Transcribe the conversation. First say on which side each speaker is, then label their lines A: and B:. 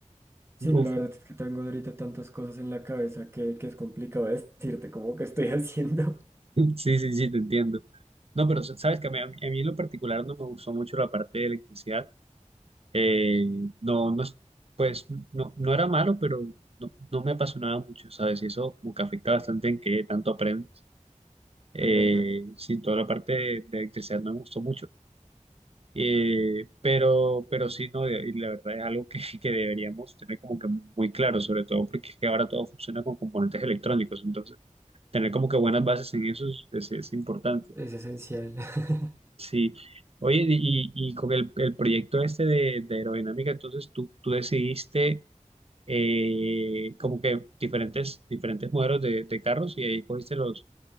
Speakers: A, on the right; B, on the right.
A: sí,
B: Uf.
A: no, la verdad
B: <laughs>
A: es que tengo ahorita tantas cosas en la cabeza que, que es complicado <laughs> decirte cómo que estoy haciendo. <laughs>
B: Sí, sí, sí, te entiendo. No, pero sa- sabes que a mí, a mí- a mí en lo particular no me gustó mucho la parte de electricidad. Eh, no, no, es- pues no, no era malo, pero no, no me apasionaba mucho, ¿sabes? Y eso como que afecta bastante en qué tanto aprendes. Eh,
A: Es verdad,
B: sí, toda la parte de, de electricidad no me gustó mucho. Eh, pero, pero sí, no, y la verdad es algo que, <laughs> que deberíamos tener como que muy claro, sobre todo porque es que ahora todo funciona con componentes electrónicos, entonces tener como que buenas bases en eso es, es- es importante.
A: es esencial. <laughs>
B: Sí, oye, y, y con el, el proyecto este de, de aerodinámica, entonces tú, tú decidiste eh, como que diferentes, diferentes modelos de, de carros y ahí cogiste los,